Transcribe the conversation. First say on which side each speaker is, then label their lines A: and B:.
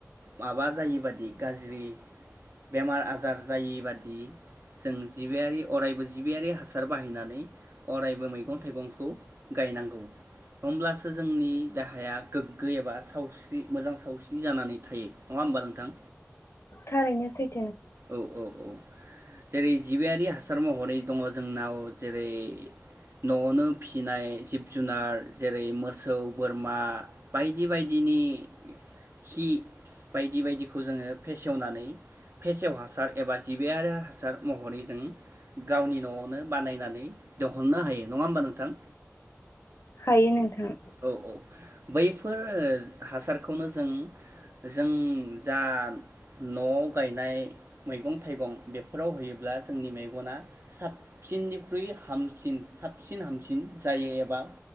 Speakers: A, on the right (about 50°); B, on the left (about 55°).
A: माबा जायै बादि गाज्रि बेमार आजार जायि बादि। जों जिबियारि अरायबो जिबियारि हासार बाहायनानै अरायबो मैगं-थाइगंखौ गायनांगौ होमब्लासो जोंनि देहाया गोग्गो एबा सावस्रि मोजां सावस्रि जानानै थायो नङा होमबा नोंथां?
B: थारैनो सै
A: औ औ औ जेरै जिबियारि हासार महरै दङ जोंनाव जेरै न'आवनो फिनाय जिब जुनार जेरै मोसौ बोरमा बायदि बायदिनि खि बायदि बायदिखौ जोङो फेसेवनानै फेसेव हासार एबा जिबियारि हासार महरै जों गावनि न'आवनो बानायनानै दहननो हायो नङा होमबा नोंथां?
B: हायो नोंथां
A: औ औ बैफोर हासारखौनो जों जों जा न'आव गायनाय मैगं-थाइगं बेफोराव होयोब्ला जोंनि मेगना साबसिननिख्रुइ हामसिन साबसिन हामसिन जायो एबा